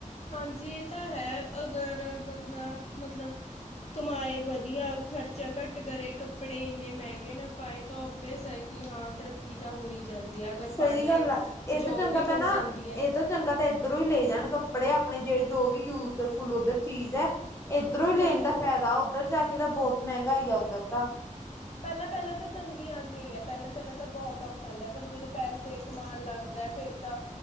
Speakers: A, on the left (about 50°); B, on the left (about 20°).
A: ਹਾਂਜੀ ਇਹ ਤਾਂ ਹੈ ਅਗਰ ਬੰਦਾ ਮਤਲਬ ਕਮਾਏ ਵਧੀਆ ਖਰਚਾ ਘੱਟ ਕਰੇ ਕੱਪੜੇ ਇੰਨੇ ਮਹਿੰਗੇ ਗੇ ਨਾ ਪਾਏ ਤਾਂ ਬੇਅਸ ਹੈ ਕਿ ਹਾਂ ਤਰੱਕੀ ਤਾਂ ਹੋਈ ਜਾਂਦੀ ਹੈ ਅਗਰ
B: ਸਹੀ
A: ਪੜ੍ਹ ਲਏ
B: ਗੱਲ ਆ ਇਹ ਤੋਂ
A: ਜੋਬ
B: ਚੰਗਾ
A: ਵੀ
B: ਤਾਂ
A: ਮਿਲ
B: ਨਾ
A: ਜਾਂਦੀ ਹੈ
B: ਇਹ ਤੋਂ ਚੰਗਾ ਇੱਧਰੋਂ ਹੀ ਲੈ ਜਾਣ ਕੱਪੜੇ ਆਪਣੇ ਜਿਵੇਂ ਜੋ ਵੀ ਯੂਜ ਫੁਲ ਉਧਰ ਚੀਜ਼ ਹੈ ਇੱਧਰੋਂ ਹੀ
A: ਹਮ
B: ਲੈਣ ਦਾ ਫਾਇਦਾ ਉੱਧਰ ਜਾ ਕੇ ਤਾਂ ਬਹੁਤ ਮਹਿੰਗਾ ਆ ਉੱਧਰ ਤਾਂ।
A: ਪਹਿਲਾਂ ਪਹਿਲਾਂ ਤਾਂ ਤੰਗੀ ਆਉਂਦੀ ਪਹਿਲਾਂ ਪਹਿਲਾਂ ਤਾਂ ਬਹੁਤ ਔਖਾ ਹੁੰਦਾ ਪਰ ਜਦੋਂ ਪੈਸੇ ਕਮਾਉਣ ਲੱਗ। ਫੇਰ ਤਾਂ